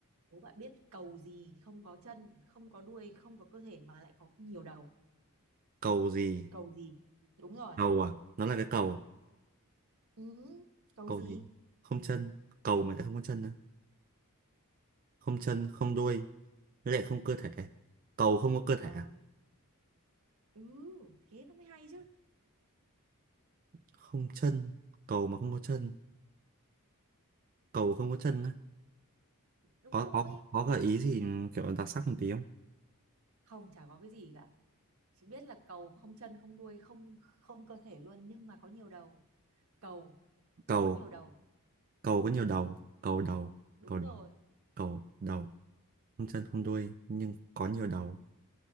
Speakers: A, on the right; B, on the right.
A: đố bạn biết cầu gì không có chân không có đuôi không có cơ thể mà lại có nhiều đầu
B: cầu gì
A: cầu gì đúng rồi
B: cầu à nó là cái cầu
A: ừ, cầu
B: cầu
A: gì
B: gì không chân cầu mà lại không có chân nữa không chân không đuôi với lại không cơ thể cầu không có cơ thể
A: ờ,
B: à?
A: ừ thế nó mới hay chứ
B: không chân cầu mà không có chân cầu không có chân á
A: đúng
B: có
A: rồi
B: có có gợi ý gì ừ, kiểu đặc sắc một tí không
A: không chả có cái gì cả chỉ biết là cầu không chân không đuôi không không cơ thể luôn nhưng mà có nhiều đầu cầu
B: cầu
A: có nhiều đầu
B: cầu có nhiều đầu cầu đầu
A: đúng
B: cầu đầu
A: rồi
B: cầu đầu không chân không đuôi nhưng có nhiều đầu